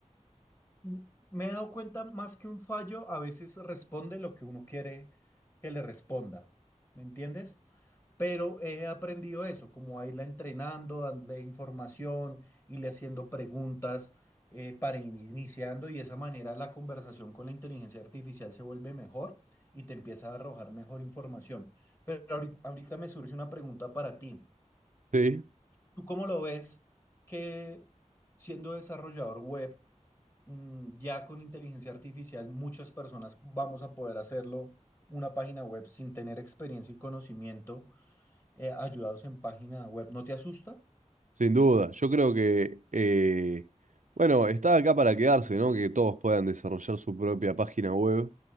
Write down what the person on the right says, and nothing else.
Sí.
Sin duda, yo creo que, eh, bueno, está acá para quedarse, ¿no? Que todos puedan desarrollar su propia página web,